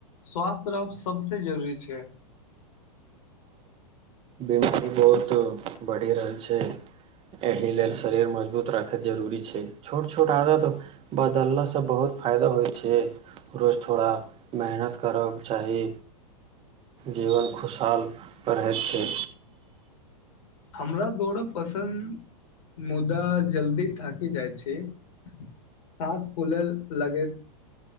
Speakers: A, on the left; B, on the right.
A: स्वास्थ रहब सबस जरूरी छै के
B: बिमरी बहुत बढ़ि रहल छै एहि लेलल शरीर म मजूत राखैत जरूरी छै छोट छोट आदत बदललासँ बहुत फायदा होइ छै रोज थोड़ा मेहनत करकके चाही जीवन खुशहाल रहै छै
A: हमरा दौड़ब पसन्द मुदा जल्दी थाकि जाइ छै साँस फूलय लगैत